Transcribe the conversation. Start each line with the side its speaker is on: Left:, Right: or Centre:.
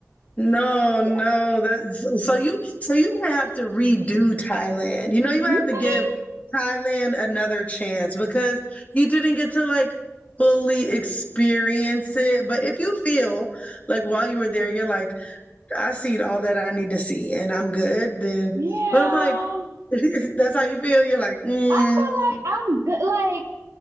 Left: No, no,
Right: Yeah.
Left: that so so you so you might have to redo Thailand. You know, you might
Right: You
Left: have to
Right: think?
Left: give Thailand another chance because you didn't get to like fully experience it. But if you feel like while you were there, you're like, I seen all that I need to see and I'm good, then
Right: Yeah.
Left: but I'm like, <laughs> that's how you feel. You're like, mm,
Right: I feel like I'm good. Like,